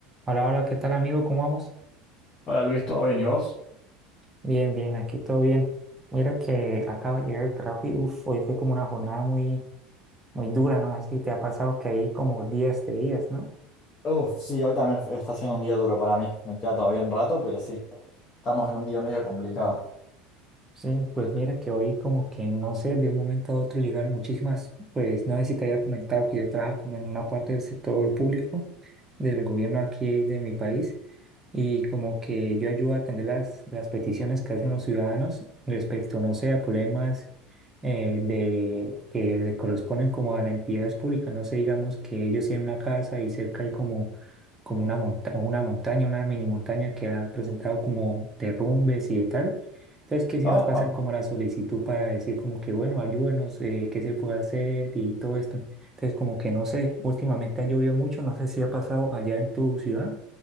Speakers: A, on the right; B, on the left.
A: Hola, hola, ¿qué tal amigo? ¿Cómo vamos?
B: Hola Luis, ¿todo bien y vos?
A: Bien, bien, aquí todo bien. Mira que acabo de llegar al trabajo y uff, hoy fue como una jornada muy, muy dura, no sé si te ha pasado que hay como días de días, ¿no?
B: Uf, sí, hoy también está siendo un día duro para mí. Me queda todavía un rato, pero sí, estamos en un día medio complicado.
A: Sí, pues mira que hoy como que no sé, de un momento a otro llegaron muchísimas, pues no sé si te había comentado que yo trabajo como en una parte del sector público del gobierno aquí de mi país y como que yo ayudo a atender las, las peticiones que hacen los ciudadanos respecto, no sé, a problemas eh, de, que le corresponden como a las entidades públicas, no sé, digamos que ellos tienen una casa y cerca hay como, como una monta- una montaña, una mini montaña que ha presentado como derrumbes y de tal. Entonces, que si
B: Oh,
A: nos pasan
B: oh,
A: como la solicitud para decir como que, bueno, ayúdenos, eh, qué se puede hacer y todo esto. Entonces, como que no sé, últimamente ha llovido mucho, no sé si ha pasado allá en tu ciudad